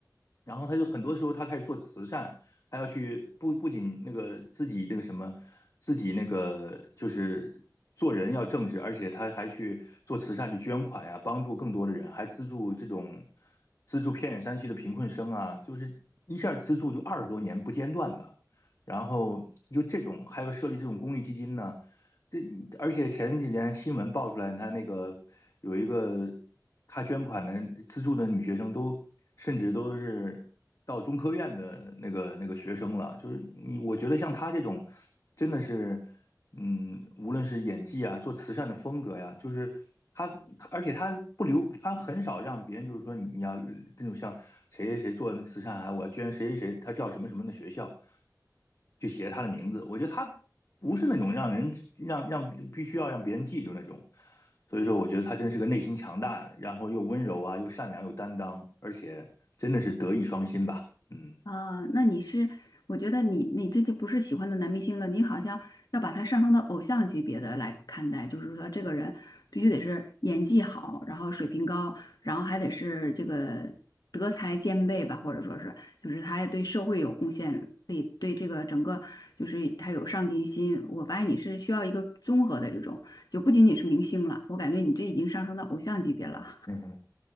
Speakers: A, on the left; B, on the left.
A: 然后他就很多时候他开始做慈善，还要去不不仅那个自己那个什么，自己那个就是做人要正直，而且他还去做慈善去捐款呀、帮助更多的人，还资助这种资助偏远山区的贫困生啊，就是一下资助就二十多年不间断的。然后就这种，还有设立这种公益基金呢，这而且前几天新闻爆出来，他那个有一个他捐款的资助的女学生都，甚至都是到中科院的那个那个学生了。就是你，我觉得像他这种，真的是，嗯，无论是演技啊，做慈善的风格呀，就是他，而且他不留，他很少让别人就是说你你要这种像谁谁谁做慈善啊，我要捐谁谁谁，他叫什么什么的学校，就写他的名字。我觉得他不是那种让人让让必须要让别人记住那种。所以说，我觉得他真是个内心强大，然后又温柔啊，又善良，又担当，而且真的是德艺双馨吧。嗯。
B: 啊，那你是，我觉得你你这就不是喜欢的男明星了，你好像要把他上升到偶像级别的来看待，就是说这个人必须得是演技好，然后水平高，然后还得是这个德才兼备吧，或者说是就是他还对社会有贡献对对这个整个就是他有上进心。我发现你是需要一个综合的这种，就不仅仅是明星了，我感觉你这已经上升到偶像级别了。
A: 嗯嗯